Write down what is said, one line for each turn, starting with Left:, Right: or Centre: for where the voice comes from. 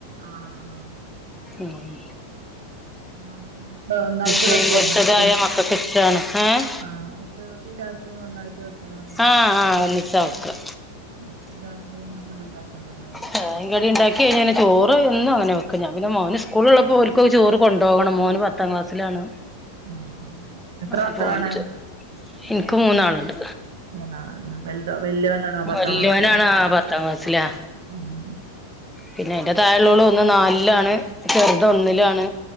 Right: ആഹ് ആഹ്
Centre: ആഹ്
Right: <unintelligible> ഒന്നായിട്ട്
Centre: മീൻ
Right: വെക്കുവോങ്ങട്ട്
Centre: പൊരിച്ചതായ മക്കൾക്ക് ഇഷ്ടാണ് ഏഹ്
Right: ആഹ് ഉച്ചക്ക് രാത്രി ഒന്നായിട്ട് <unintelligible>
Centre: ആഹ് ആഹ് ഒന്നിച്ചാ വെക്ക
Right: ഉം രാത്രി തന്നെ ഫുഡ് ഉണ്ടാക്കണ്ടല്ലോ
Centre: <unintelligible> ഉണ്ടാക്കി കഴിഞ്ഞാ ചോറ് ഒന്നും അങ്ങനെ വെക്കും പിന്നെ മോന് സ്കൂളുള്ളപ്പോ ഓലക്ക് ചോറ് കൊുപോകണം മോന് <unintelligible> പത്താം ക്ലാസ്സിലാണോ
Right: ആ. എത്ര
Centre: ആഹ്
Right: മക്കളാണ്?
Centre: <unintelligible> എനിക്ക് മൂന്നാളുണ്ട്
Right: <unintelligible> ആഹ് പത്താം
Centre: വല്യോനാണ്
Right: ക്ലാസിലെ
Centre: ആ പത്താം ക്ലാസ്സിലാ
Right: ആഹ്
Centre: പിന്നെ അതിറെ താഴള്ളള് ഒന്ന് നാലിലാണ് ചെറുത് ഒന്നിലാണ്